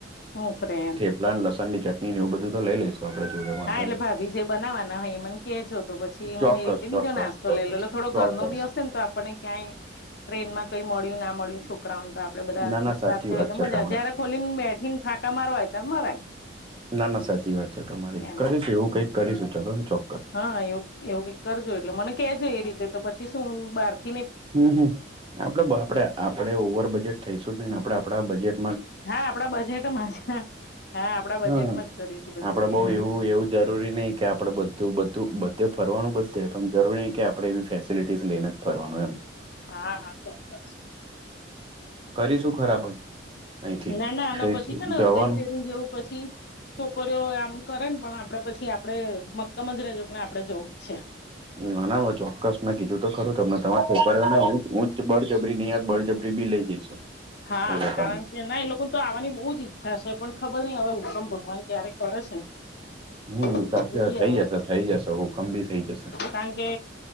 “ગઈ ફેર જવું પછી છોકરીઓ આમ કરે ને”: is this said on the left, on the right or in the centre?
Left